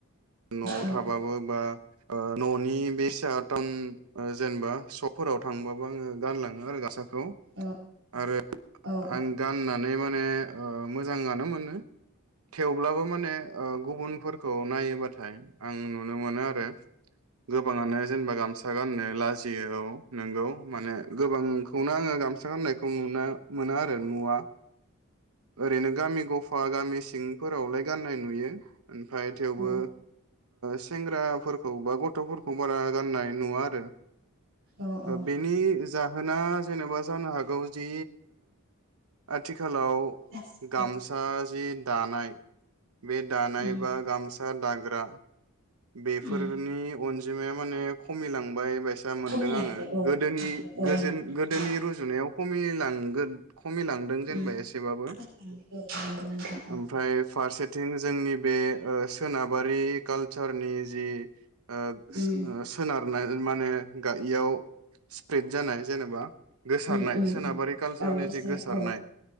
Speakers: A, on the right; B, on the right.
A: न'आव
B: औ
A: थाबाबो बा न'नि बे टाउन जेनेबा सपफोराव थांबाबो आङो गानलाङो आरो गामसाफोरखौ आरो
B: औ औ
A: आं गाननानै माने माने मोजांआनो मोनो थेवब्लाबो माने गुबुनफोर खौ नायोबा आं नुनो मोनो आरो गोबाङानो जेनेबा गामसा गाननो लाजियो औ नोंगौ माने गोबांखौनो आङो गामसा गाननायखौ खौ नुनो मोनो आरो नुवा ओरैनो गामि गफा आफा गामि सिंफोरावलाय गाननाय नुयो ओमफ्राय थेवबो
B: औ
A: सेंग्राफोरखौ बा गथ'फोरखौ बारा गाननाय नुवा आरो
B: औ औ
A: बेनि जाहोना जेनेबा जानो हागौ जि आथिखालाव
B: गासिबो
A: गामसा जि दानाय बे दानाय
B: उम
A: बा गामसा दाग्रा बेफोरनि
B: उम
A: अनजिमा अनजिमाया माने खमिलां बाय बायसा मोनदों
B: खमायलांबाय
A: आङो
B: औ
A: गोदोनि
B: नंगौ नोंथां
A: गोदोनि रुजुनायाव खमिलांगोन खमिलांदों जेनबा
B: उम
A: एसेबाबो
B: खमायलांबाय औ नंगौ नोंथां औ
A: ओमफ्राय फारसेथिं जोंनि बे ओ सोनाबारि काल चारनि जि ओ
B: उम
A: सोनारनाय माने गा इयाव स्प्रेद जानाय जेनेबा गोसारनाय
B: उम उम
A: सोनाबारि
B: उम
A: कालचारनि
B: औ गोसो
A: जि गोसारनाय
B: औ